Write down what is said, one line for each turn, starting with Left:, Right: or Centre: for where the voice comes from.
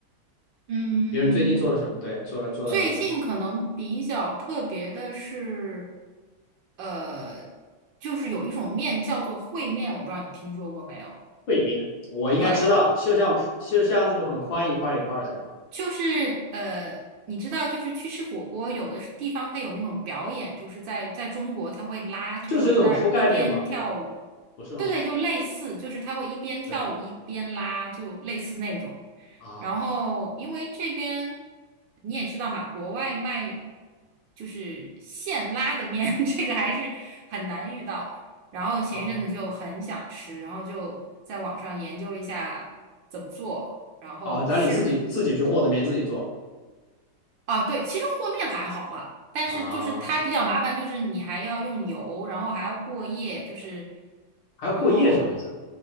Right: 嗯，
Left: 别人最近做了什么？对，做了做了
Right: 最近可能比较特别的是，呃，就是有一种面叫做烩面，我不知道你听说过没有。
Left: 烩面，我应该知道，
Right: 对。
Left: 就像铺就像那种很宽一块一块的，对吧？
Right: 就是呃，你知道，就是去吃火锅，有的是地方它有那种表演，就是在在中国，它会拉，就是有人在那儿一边跳舞，
Left: 就是那种铺盖面嘛，对吧？不是吗？
Right: 对对，就类似，就是他会一边跳舞一边拉，
Left: 对
Right: 就类似那种。
Left: 啊，
Right: 然后，因为这边你也知道嘛，国外卖就是现拉的面，<laughs> 这个还是很难遇到。然后前一阵子就很想吃，
Left: 哦
Right: 然后就在网上研究了一下怎么做，然后试
Left: 哦，然后你自己自己去和的面自己做
Right: 啊，对，其实和面还好了，但是就是它比较麻烦，
Left: 啊，
Right: 就是你还要用油，然后还要过夜，就是，
Left: 还要过夜什么意思？
Right: 然后